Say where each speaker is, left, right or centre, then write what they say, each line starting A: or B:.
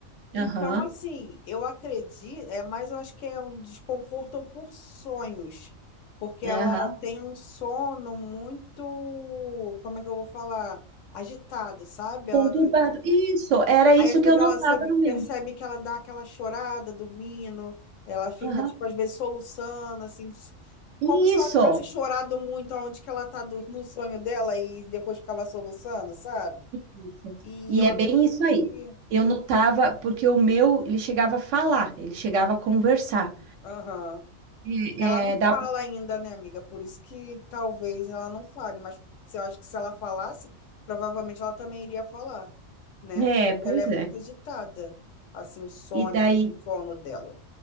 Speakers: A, on the left; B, on the right.
A: Então,
B: aham,
A: assim, eu acredito, é, mas eu acho que é um desconforto por sonhos, porque
B: aham,
A: ela tem um sono muito, como é que eu vou falar? Agitado, sabe?
B: conturbado.
A: Ela,
B: Isso, era isso
A: aí, às vezes,
B: que eu notava
A: ela você vi-
B: no meu.
A: percebe que ela dá aquela chorada dormindo, ela fica,
B: Aham,
A: tipo, às vezes, soluçando, assim, s- como
B: Isso,
A: se ela tivesse chorado muito aonde que ela tá do- <laughs> no sonho dela e depois ficava soluçando, sabe?
B: isso.
A: E
B: E
A: eu
B: é
A: acredito
B: bem isso aí.
A: que...
B: Eu notava,
A: que-
B: porque o meu, ele chegava a falar, ele chegava a conversar.
A: Aham.
B: É,
A: Ela não
B: é, da-
A: fala ainda, né, amiga? Por isso que talvez ela não fale, mas se- eu acho que se ela falasse, provavelmente ela também iria falar, né?
B: é,
A: Porque
B: pois
A: Ela é muito
B: é.
A: agitada, assim, o sonho,
B: E daí,
A: o sono dela.